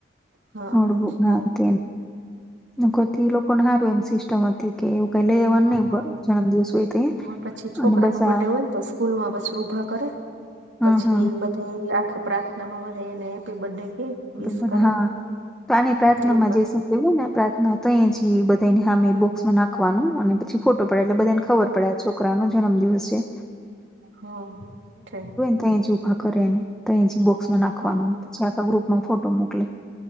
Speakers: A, on the right; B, in the centre.
A: હા
B: નોટબુક નાથી
A: હા
B: લોકોને સારું એમ સિસ્ટમ હતી કે. ક લઈ જવાનું નહ
A: હા
B: જન્મદિવસ હોય ત
A: પછી છોકરા
B: અને બસ
A: નો બર્ડે
B: આ.
A: હોય ને તો સ્કૂલ માં પછી ઊભા કરે
B: હા
A: પછી
B: હા.
A: બધા આખે પ્રાર્થના માં બધ હેપી બર્થડે કે. વિસ
B: બ
A: કરે
B: હા તો આની પ્રાર્થનામાં
A: એવું કરે
B: જે સમવું ને પ્રાર્થના તો એ જ બધ. તે એને સામે
A: હા
B: બોક્સમાં નાખવાનું અને પછી ફોટો પડ્યા એટલે બધાને ખબર પડે છોકરાનો જન્મદિવસ છે.
A: હા છે.
B: તહી જ ઊભા કરેને તો જ બોક્સમાં નાખવાનું
A: હા
B: પછી આખા ગ્રુપમાં ફોટો મોકલે.